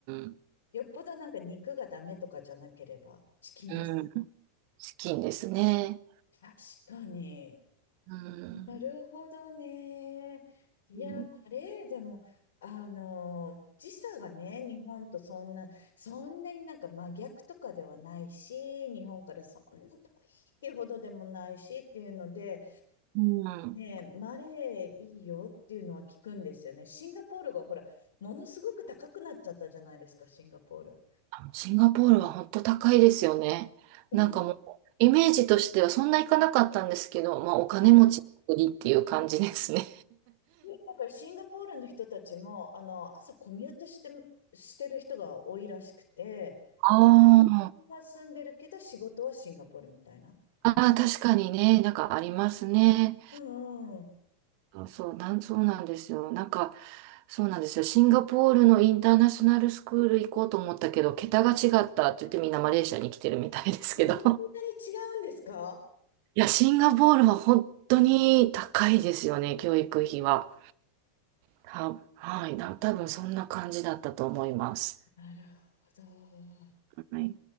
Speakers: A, on the right; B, on the left.
A: ん。
B: よっぽどなんか肉がダメとかじゃなければ、チキンです。
A: うん。資金ですね。
B: 確かに。
A: うん。
B: なるほどね。いや、
A: うん。
B: マレーでも、あの、時差がね、日本とそんな、そんなになんか真逆とかではないし、日本からそんな遠いっていうほどでもないしっていうので、
A: うん
B: ね、マレーいいよっていうのは聞くんですよね。シンガポールがほら、ものすごく高くなっちゃったじゃないですか、シンガポール。
A: シンガポールは本当高いですよね。
B: うん
A: なんかもう、イメージとしてはそんないかなかったんですけど、まあお金持ちの国っていう感じですね。
B: はいねだからシンガポールの人たちも、あの、朝コミュートして、してる人が多いらしくて、
A: あー
B: 今住んでるけど仕事はシンガポールみたいな。
A: <laughs> あー、確かにね、なんかありますね。
B: うんうん。
A: そうそう、なん、そうなんですよ。なんか、そうなんですよ。シンガポールのインターナショナルスクール行こうと思ったけど、桁が違ったって言ってみんなマレーシアに来てるみたいですけど。
B: そんなに違うんですか
A: いや、シンガポールは本当に高いですよね、教育費は。た、はい、な、多分そんな感じだったと思います。
B: なるほど。
A: はい